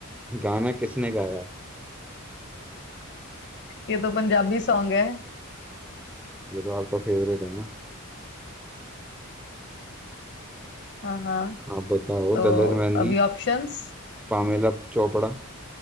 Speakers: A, in the centre; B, on the left.
A: गाना किसने गाया
B: ये तो पंजाबी सॉन्ग है
A: ये तो आपका फेवरेट है ना
B: हाँ हाँ
A: आप बताओ
B: तो
A: दलेर मेहंदी
B: अभी ऑप्शंस
A: पामेला चोपड़ा